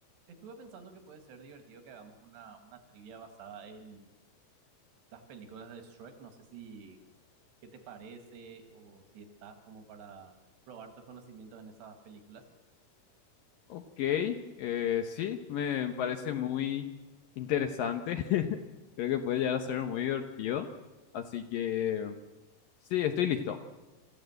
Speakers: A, on the right; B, on the left.
A: Estuve pensando que puede ser divertido que hagamos una, una trivia basada en las películas de Shrek. No sé si qué te parece o si estás como para probar tus conocimientos en esas películas.
B: Ok, eh, sí, me parece muy interesante. <laughs> Creo que puede llegar a ser muy divertido. Así que sí, estoy listo.